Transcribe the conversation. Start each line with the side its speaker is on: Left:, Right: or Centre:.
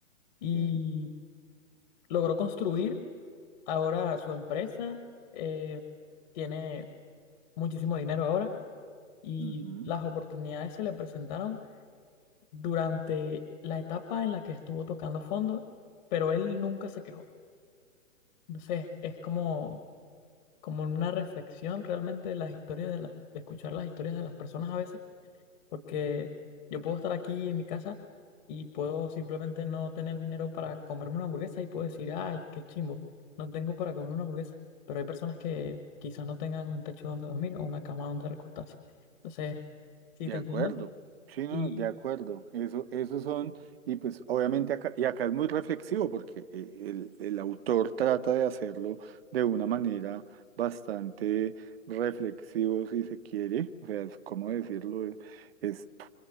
Left: Y
Right: Sí.
Left: logró construir ahora su empresa, eh, tiene muchísimo dinero ahora y
Right: ujú.
Left: las oportunidades se le presentaron durante la etapa en la que estuvo tocando fondo, pero él nunca se quejó. Entonces es como, como una reflexión realmente de las historias de las, de escuchar las historias de las personas a veces porque yo puedo estar aquí en mi casa y puedo simplemente no tener dinero para comerme una hamburguesa y puedo decir, ay, qué chimbo, no tengo para comer una hamburguesa, pero hay personas que quizás no tengan un techo donde dormir o una cama donde recostarse. Entonces, sí,
Right: De
Left: te
Right: acuerdo,
Left: entiendo.
Right: sí, no,
Left: Y
Right: de acuerdo. Eso, esos son, y pues obviamente acá, y acá es muy reflexivo porque eh, el, el autor trata de hacerlo de una manera bastante reflexivo, si se quiere. O sea, es, ¿cómo decirlo? Eh, Es,